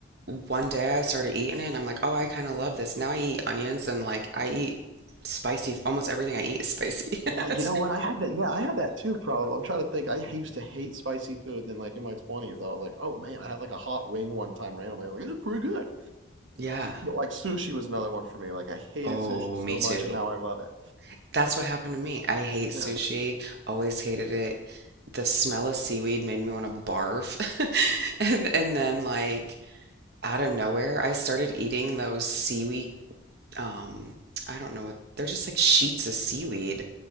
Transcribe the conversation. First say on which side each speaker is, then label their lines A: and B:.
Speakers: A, on the right (about 55°); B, on the right (about 80°).
A: one day I started eating it, and I'm like, oh, I kind of love this. Now I eat onions, and like I eat spicy, almost everything I eat is spicy.
B: Yeah, you
A: <laughs>
B: know what? I had that. Yeah, I had that too. Probably. I'm trying to think. I used to hate spicy food. And then, like in my 20s, I was like, "Oh man!" I had like a hot wing one time randomly. I was like, "It's pretty good."
A: Yeah.
B: But like sushi was another one for me. Like I hated
A: Oh,
B: sushi so
A: me too.
B: much, and now I love it.
A: That's what happened to me. I hate sushi.
B: Yeah.
A: Always hated it. The smell of seaweed made me want to barf. <laughs> And and then like out of nowhere, I started eating those seaweed um I don't know what they're just like sheets of seaweed